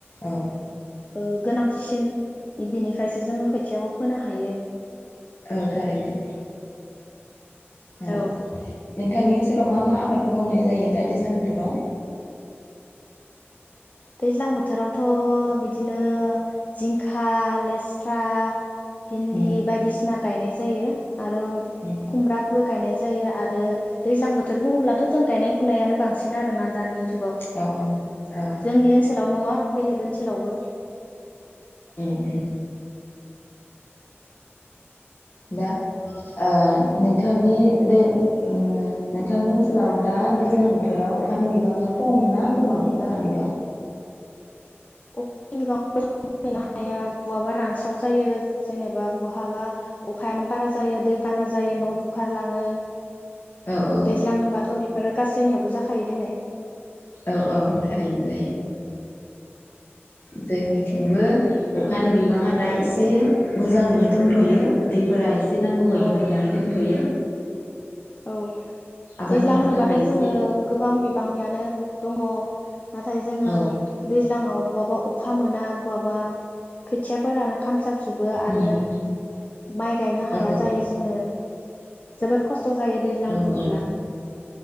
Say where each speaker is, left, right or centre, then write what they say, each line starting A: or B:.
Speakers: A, on the left (about 50°); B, on the left (about 35°).
A: औ
B: ओ गोनांथिसिन बिनिफ्रायसो जोङो खोथियाखौ फोनो हायो
A: औ थारैनो नोंथांनि
B: औ
A: ओनसोलाव मा मा आबादफोर मावनाय जायो दा दैज्लां बोथोराव
B: दैज्लां बोथोरावथ' बिदिनो जिंखा लेस्रा भिन्दि
A: उम
B: बायदिसिना गायनाय जायो आरो
A: उम
B: खुमब्रा गायनाय जायो आरो दैज्लां बोथोर बुङोब्लाथ' जों गायनाय फुनायानो बांसिन <inaudible> जुगाव
A: औ औ औ
B: जोंनि ओनसोलाव नङा बेलेग ओनसोलावबो
A: उम उम दा ओ नोंथांनि दे नोंथांनि ओनसोलाव दा दैज्लां बोथोराव अखानि बिबांङा खम ना गोबां जानानै दं
B: अ <unintelligible> नो हाया बहाबा रानस्राव जायो जेनेबा बहाबा अखायानो बारा जायो दै बाना जायो न' बुखारलाङो
A: औ औ
B: दैज्लां होनबाथ' बि फोरो गासैनियावबो जाखायो दनै
A: औ औ थारैनो जायो जोंनिथिंबो अखानि बिबांङा दा एसे
B: औ
A: मोजांङैनो दंथ'यो दैफोरा एसे एसे नांगौ बायदि
B: औ
A: मोननानै दोनथ'यो
B: औ
A: आबाद
B: दैज्लां
A: मावनो
B: होनोबाथ'
A: थाखाय एसे
B: जोंङो गोबां बिबांनियानो दङ नाथाय जोनङो
A: औ
B: दैज्लाङाव बहाबा अखा मोना बहाबा खोथियाफोरानो खामसाम जोबो आरो
A: उम
B: माइ गायनो हाया
A: उम
B: जायो जोंङो जोबोद खस्थ जायो दैज्लां
A: औ
B: बुंङोब्ला
A: औ